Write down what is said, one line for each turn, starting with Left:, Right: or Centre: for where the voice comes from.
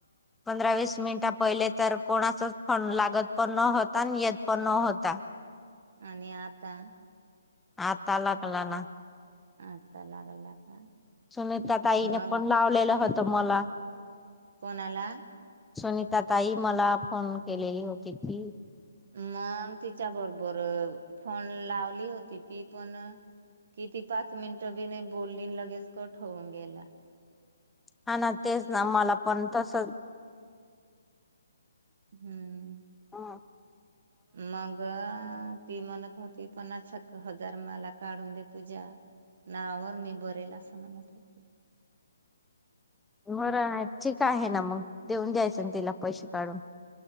Centre: पंधरा वीस मिनिट पहिले तर कोणाचच फोन लागत पण न होता आणि येत पण न होता
Right: आणि आता
Centre: आता लागला ना
Right: आता लागला का
Centre: सुनीता ताईने
Right: मग
Centre: पण लावलेलं होतं मला
Right: कोणाला
Centre: सुनीता ताई मला फोन केलेली होती ती
Right: मग तिच्या बरोबर फोन लावली होती ती पण किती पाच मिनटं बी नाही बोलली लगेच कट होऊन गेला
Centre: हा ना तेच ना मला पण तस
Right: हम्म <inaudible>
Centre: हा <inaudible>
Right: मग ती म्हणत होती पन्नास हजार मला काढून दे तुझ्या नावावर मी बरेल असं म्हणत होते
Centre: बरं आहे ठीक आहे ना मग देऊन द्यायचं ना तिला पैसे काढून